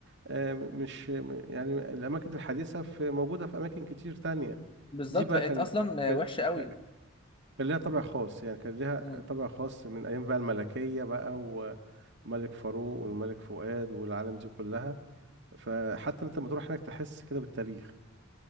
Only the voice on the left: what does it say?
بالظبط
بقت
اصلا
وحشه قوي
مم.